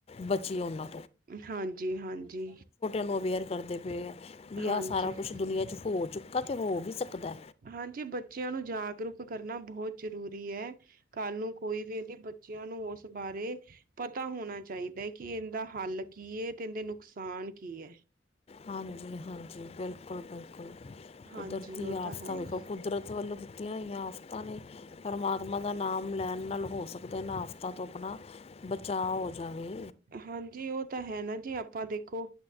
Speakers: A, on the left; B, on the right.
A: ਬਚੀ ਉਹਨਾ
B: ਹਾਂਜੀ ਹਾਂਜੀ
A: ਨੂੰ ਅਵੇਅਰ ਕਰਦੇ ਪੈ ਐ ਵੀ
B: ਹਾਂਜੀ,
A: ਆਹ ਸਾਰਾ ਕੁਛ ਦੁਨੀਆਂ ਚ ਹੋ ਚੁੱਕਾ ਤੇ ਹੋ ਵੀ ਸਕਦਾ ਹੈ।
B: ਹਾਂਜੀ ਬੱਚਿਆਂ ਨੂੰ ਜਾਗਰੂਕ ਕਰਨਾ ਬਹੁਤ ਜ਼ਰੂਰੀ ਹੈ ਕੱਲ੍ਹ ਨੂੰ ਕੋਈ ਵੀ ਇਹਦੀ ਬੱਚਿਆਂ ਨੂੰ ਉਸ ਬਾਰੇ ਪਤਾ ਹੋਣਾ ਚਾਹੀਦਾ ਹੈ ਕਿ ਇਹਦਾ ਹੱਲ ਕੀ ਹੈ ਤੇ ਇਹਦੇ ਨੁਕਸਾਨ ਕੀ ਐ।
A: ਹਾਂਜੀ। ਹਾਂਜੀ ਬਿਲਕੁਲ ਬਿਲਕੁਲ
B: ਹਾਂਜੀ
A: ਕੁਦਰਤੀ
B: ਉਹ ਤਾਂ
A: ਆਫ਼ਤਾ
B: ਹੈ
A: ਵੇਖੋ
B: ਹੀ।
A: ਕੁਦਰਤ ਵੱਲੋਂ ਦਿੱਤੀਆਂ ਹੋਈਆਂ ਆਫ਼ਤਾਂ ਨੇ ਪਰਮਾਤਮਾ ਦਾ ਨਾਮ ਲੈਣ ਨਾਲ ਹੋ ਸਕਦਾ ਇਹਨਾਂ ਆਫ਼ਤਾਂ ਤੋਂ ਆਪਣਾ ਬਚਾਅ ਹੋ ਜਾਵੇ।
B: ਹਾਂਜੀ ਉਹ ਤਾਂ ਹੈ ਨਾ ਜੀ ਆਪਾਂ ਦੇਖੋ